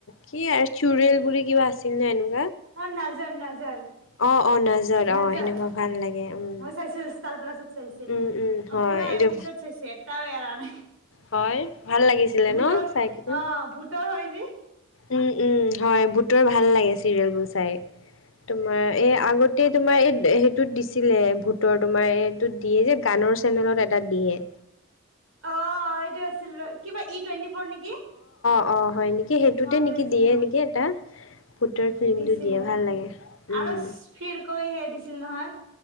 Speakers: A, on the left (about 65°); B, on the right (about 75°).
A: কি চুৰিয়েল বুলি কিবা আছিল নে আনো
B: অ নাজৰ নজৰ
A: অ', অ', নাজত
B: নাজাত
A: অ', সেনেকুৱা ভাল লাগে উম,
B: মই চাইছিলো ষ্টাৰ প্লাছত চাইছিলো
A: উম, উম,
B: ম
A: হয়
B: ক
A: এইটো
B: এপিচড চছে এটাাৰানে
A: হয় ভাল লাগিছিলে
B: ভোটৰ
A: ন চাই কিনে
B: অ ভোটৰ হৈ য
A: উম উম হয় ভুতৰ ভাল লাগে চিৰিয়েল বোৰ চাই তোমাৰ এই আগতে তোমাৰ এই সেইটোত দিছিলে ভূতৰ তোমাৰ এইটোত দিয়ে যে গানৰ চেনেলত এটা দিয়ে
B: অ এইটো আছিল কিবা ই টুৱেণ্টি ফৰ নেকি
A: অঁ হয় নিকি সেইটোতে
B: মনত
A: নিকি
B: আহিছে
A: দিয়ে নিকি এটা ভূতৰ ফিল্মটো
B: দিছিলে
A: দিয়ে ভাল লাগে উম,
B: আৰু ফিৰ কৰিহে দিছিল নহয়